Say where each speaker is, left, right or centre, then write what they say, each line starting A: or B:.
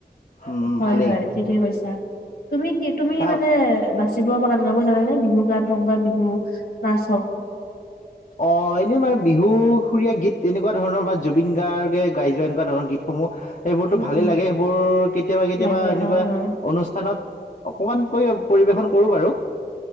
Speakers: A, on the left; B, on the left.
A: উম,
B: হয়
A: ভালেই।
B: হয় ঠিকে কৈছা তুমি কি তুমি
A: তাক
B: মানে নাছিব পৰা। জানে নে বিহু গান হওক বা বিহু নাচ হওঁক।
A: অ এনেই মানে বিহুসুৰীয়া গীত তেনেকুৱা ধৰণৰ বা জুবিন গাৰ্গে গাই যোৱা এনেকুৱা ধৰণৰ গীতসমূহ <unintelligible> সেইবোৰতো
B: উম
A: ভালেই
B: উম
A: লাগে সেইবোৰ কেতিয়াবা কেতিয়াবা
B: লাগে
A: এনেকুৱা
B: অ' অ'।
A: অনুষ্ঠানত অকণমানকৈ পৰিৱেশন কৰোঁ বাৰু